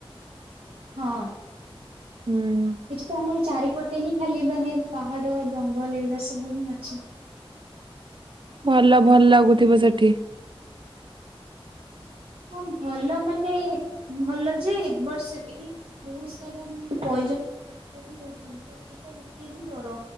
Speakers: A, on the right (about 75°); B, on the right (about 55°).
A: ହଁ
B: ହୁଁ।
A: ଏଠି ତ ଆମର ଚାରିପଟେ ହିଁ ଖାଲି ମାନେ ପାହାଡ ଜଙ୍ଗଲ ଏଗୁଡା ସବୁ ହିଁ ଅଛି।
B: ଭଲ ଭଲ ଲାଗୁଥିବ ସେଟ୍ ଇ <inaudible>
A: ହଁ ଭଲ ମାନେ ଭଲ ଯେ ବର୍ଷ ଟିକେ ବହୁତ ସାରା ମେ <unintelligible> ତ ମୋର ସେଇଟା ଗୋଟେ ହିଁ ଡର